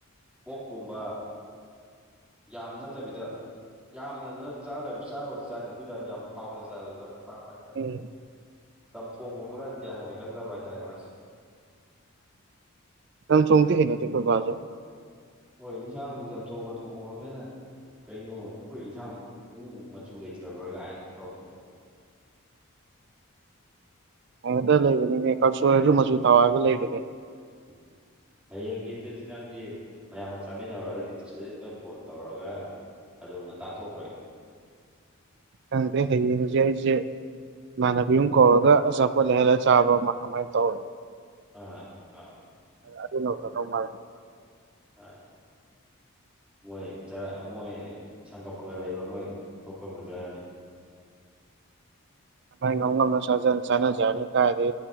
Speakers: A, in the centre; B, on the right.
A: ꯑꯣ ꯀꯨꯝꯕ ꯌꯥꯝ ꯅꯠꯇꯕꯤꯗ ꯌꯥꯝꯅ ꯆꯥꯗꯕ ꯆꯥꯕꯗꯤ ꯆꯥꯗꯦ ꯑꯗꯨ ꯑꯣꯏꯇꯥꯔꯗꯤ ꯌꯥꯝ ꯍꯥꯎꯅ ꯆꯥꯗꯕꯗꯔꯦ ꯄꯥꯝꯕ ꯍꯥꯏꯇꯥꯔꯦ
B: ꯎꯝ
A: ꯆꯝꯊꯣꯡꯒꯨꯝꯕꯒꯁꯤ ꯀꯌꯥ ꯍꯟꯅꯒꯟꯗꯕ ꯍꯥꯏꯇꯥꯔꯦ ꯃꯥꯁꯦ
B: ꯀ ꯆꯣꯡꯇ ꯍ ꯅ ꯇ ꯐꯣꯏꯕꯕꯥꯖꯔ
A: ꯍꯣꯏ ꯏꯟꯁꯥꯡ ꯆꯝꯊꯣꯡꯉ ꯊꯣꯡꯉꯨꯔꯒꯦꯅꯦ ꯀꯩꯅꯣ ꯑꯩꯈꯣꯏ ꯏꯟꯁꯥꯡ ꯏꯃꯨꯡ ꯃꯆꯨ ꯂꯩꯇ꯭ꯔꯕ꯭ꯔꯥ ꯀꯥꯏꯅ ꯇꯧꯔꯈꯤꯗꯣ
B: ꯍꯉꯇ ꯂꯩꯕꯅꯤꯅꯦ ꯀꯥꯡꯛꯁꯣꯏ ꯍꯥꯏꯔꯁꯨ ꯃꯆꯨ ꯊꯥꯎ ꯍꯥꯏꯕ ꯂꯩꯕꯅꯦ
A: ꯎꯝ ꯍꯌꯦꯡꯗꯤ ꯑꯗꯨꯗꯤ ꯅꯪꯗꯤ ꯃꯌꯥꯝꯒ ꯆꯥꯃꯤꯟꯅꯔꯒ ꯑꯩꯗꯤ ꯇꯨꯏꯁꯔꯗꯨꯗ ꯐꯣꯟ ꯇꯧꯔꯒ ꯑꯗꯨꯒ ꯉꯇꯥꯊꯣꯛꯈ꯭ꯔꯒꯦ
B: ꯇꯥꯡꯗꯦ ꯍꯖꯦꯁꯦ ꯏꯃꯥꯟꯅꯕꯤ ꯑꯃ ꯀꯧꯔꯒ ꯑꯆꯥꯄꯣꯠ ꯂꯩꯍꯜꯂ ꯆꯥꯕ ꯑꯃ ꯑꯗꯨꯃꯥꯏꯅ ꯇꯧꯔꯅꯤ
A: ꯑ ꯑ
B: ꯑꯗꯨ ꯑꯗꯨ ꯅ ꯈꯔꯧ ꯃꯥ
A: ꯑꯥ ꯃꯣꯏ ꯆꯔꯛꯑ ꯃꯣꯏ ꯁꯪꯒ ꯄꯪꯒꯠ ꯂꯩꯕ ꯃꯣꯏ ꯊꯣꯛꯄ ꯉꯅꯖꯔꯅꯤ <unintelligible>
B: ꯥꯏ ꯉ ꯉꯝꯅ ꯆꯥꯟꯅꯖꯔꯅꯤ ꯀꯥꯏꯔꯗꯤ